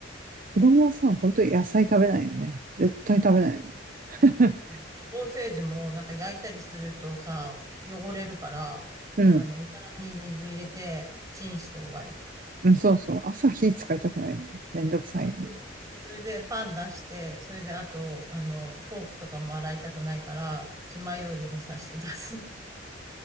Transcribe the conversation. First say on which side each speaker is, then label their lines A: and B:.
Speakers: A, on the right; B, on the right.
A: 子供はさ、本当に野菜食べないよね。絶対食べないよね。<laughs>
B: うんソーセージもなんか焼いたりするとさ、汚れるから、
A: うん。
B: あの、お皿に水入れて、チンして終わり。
A: うんそうそう。朝火使いたくないよね。めんどくさいよね。
B: そうそれそれでパン出して、それであと、あの、フォークとかも洗いたくないから、爪楊枝に刺して出すの。